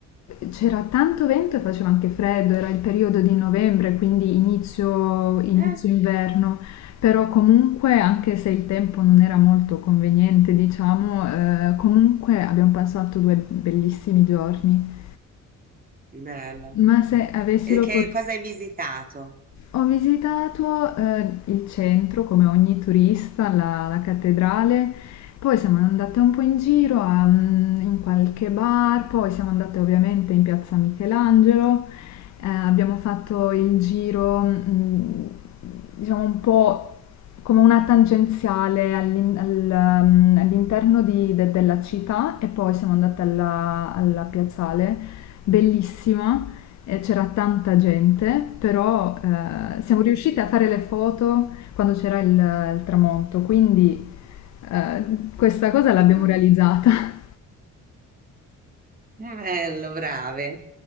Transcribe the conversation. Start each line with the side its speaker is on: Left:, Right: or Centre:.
Left: c'era tanto vento e faceva anche freddo, era il periodo di novembre, quindi inizio, inizio
Right: Eh,
Left: inverno, però comunque anche se il tempo non era molto conveniente, diciamo, eh, comunque abbiamo passato due bellissimi giorni.
Right: bello.
Left: Ma se avessi
Right: E
Left: l'opportunità...
Right: che cosa hai visitato?
Left: Ho visitato eh, il centro come ogni turista, la, la cattedrale, poi siamo andate un po' in giro a, mm, in qualche bar, poi siamo andate ovviamente in piazza Michelangelo, eh, abbiamo fatto il giro, mm, diciamo un po' come una tangenziale all'in- al, mhmm, all'interno di- de- della città e poi siamo andate alla, alla piazzale, bellissima, e c'era tanta gente, però eh, siamo
Right: Mm,
Left: riuscite a fare le foto quando c'era il, il tramonto, quindi eh, questa cosa l'abbiamo
Right: mm,
Left: realizzata.
Right: bello, brave,